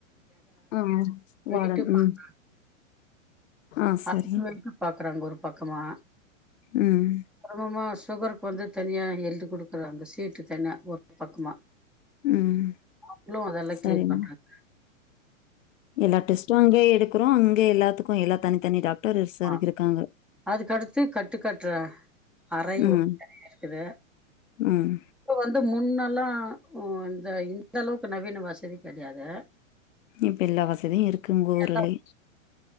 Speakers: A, on the left; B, in the centre.
A: ஆ வாடன்
B: வெயிட்டு பாக்
A: ம் ஆ சரி
B: அதுக்கு வெட்டு பாக்குறாங்க ஒரு பக்கமா
A: ம்
B: கிரபமா சுகருக்கு வந்து தனியா எழுதி கொடுக்குறாங்க சீட்டு தனியா ஒரு பக்கமா
A: ம்
B: அவளு அதெல்லாம்
A: சரிம்மா
B: கிளீர் பண்றா
A: எல்லா டெஸ்ட்டு அங்கே எடுக்குறோ அங்கே எல்லாத்துக்கு எல்லா தனித்தனி டாக்டர்ஸ்
B: ஆ
A: இருக்காங்க
B: அதுக்கடுத்து கட்டுக்கட்டுற அறை
A: ம்
B: ஒன்னு இருக்குது
A: ம்
B: இப்ப வந்து முன்னெல்லா ம் இந்த இந்த அளவுக்கு நவீன வசதி கிடையாது
A: இப்ப எல்லா வசதியு இருக்கு ஊருலயு
B: எல்லா